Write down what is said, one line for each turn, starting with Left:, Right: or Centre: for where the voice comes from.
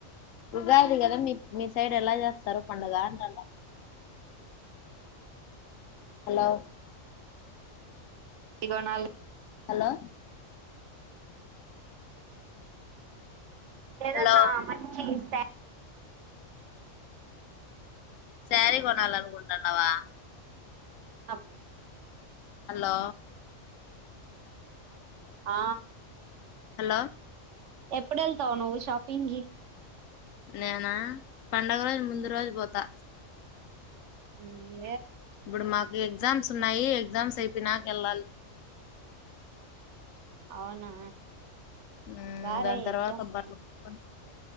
Left: ఉగాది కదా మీ మీ సైడ్ ఎలా చేస్తారు పండుగ అంటాండ హలో
Right: ఇగో నాలు
Left: హలో
Right: ఏదన్నా
Left: హలో
Right: మంచి ఇస్తే
Left: సారీ కొనాలి అనుకుంటున్నావా
Right: అప్
Left: హలో
Right: ఆ
Left: హలో
Right: ఎప్పుడు వేళ్తావు నువ్వు షాపింగ్ కి
Left: నేనా పండుగ రోజు ముందు రోజు పోతా
Right: అ
Left: ఇప్పుడు మాకు ఎగ్జామ్స్ ఉన్నాయి ఎగ్జామ్స్ అయి పినాకల్లాల్
Right: అవునా
Left: హు
Right: బారాయి
Left: దాని తర్వాత
Right: ఎగ్జామ్స్
Left: బట్టలు
Right: కి
Left: కుట్టుకోని